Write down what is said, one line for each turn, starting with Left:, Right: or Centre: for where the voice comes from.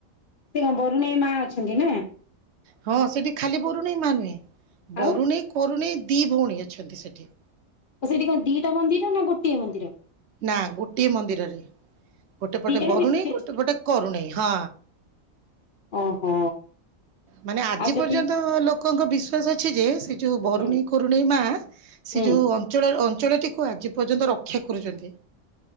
Left: ସେ ବରୁଣେଇ ମା ଅଛନ୍ତି ନା?
Right: ହଁ ସେଠି ଖାଲି ବରୁଣେଇ ମା ନୁହେଁ। ବରୁଣେଇ
Left: ଆଉ
Right: କରୁଣେଇ ଦି ଭଉଣୀ ଅଛନ୍ତି ସେଠି।
Left: ଓ ସେଇଠି କଣ ଦିଟା ମନ୍ଦିର ନା ଗୋଟିଏ ମନ୍ଦିର?
Right: ନା ଗୋଟିଏ ମନ୍ଦିରରେ। ଗୋଟେ ପଟେ
Left: ଦି ଜଣ
Right: ବରୁଣେଇ
Left: ମିଶିକି
Right: ଗୋଟେ
Left: ଅଛନ୍ତି
Right: ଗୋଟେ କରୁଣେଇ ହଁ।
Left: ଓହୋ।
Right: ମାନେ ଆଜି
Left: ଆଉ ସେଠି
Right: ପର୍ଯ୍ୟନ୍ତ ଲୋକଙ୍କ ବିଶ୍ଵାସ ଅଛି ଯେ ସେ ଯୋଉ ବରୁଣେଇ
Left: ହୁଁ
Right: କରୁଣେଇ ମା ସେ
Left: ହୁଁ
Right: ଯୋଉ ଅଞ୍ଚଳ ଅ ଅଞ୍ଚଳଟିକୁ ଆଜି ପର୍ଯ୍ୟନ୍ତ ରକ୍ଷା କରୁଛନ୍ତି।